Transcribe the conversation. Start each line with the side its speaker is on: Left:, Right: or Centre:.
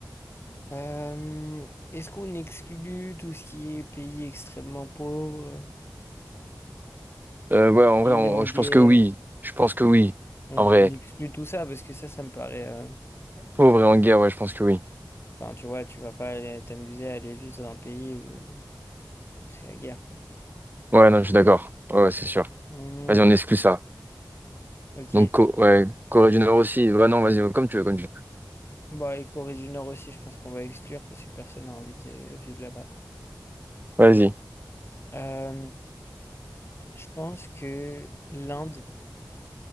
Left: Euh, est-ce qu'on exclut tout ce qui est pays extrêmement pauvres,
Right: Euh, ouais, en
Left: pays
Right: vrai, on-
Left: en
Right: je
Left: guerre?
Right: pense que oui. Je pense que oui.
Left: On,
Right: En vrai,
Left: on exclut tout ça parce que ça, ça me paraît. euh,
Right: pauvre et en guerre, ouais, je pense que oui.
Left: Enfin, tu vois, tu vas pas aller t'amuser à aller vivre dans un pays où c'est la guerre, quoi.
Right: Ouais, non, je suis d'accord. Ouais, ouais, c'est sûr.
Left: Hmm,
Right: Vas-y, on exclut ça.
Left: ok.
Right: Donc, Co- ouais, Corée du Nord aussi. Ouais, non, vas-y, comme tu veux, comme tu veux.
Left: Bah, et Corée du Nord aussi, je pense qu'on va exclure parce que personne n'a envie de vivre là-bas, quoi.
Right: Vas-y.
Left: Euh, je pense que l'Inde,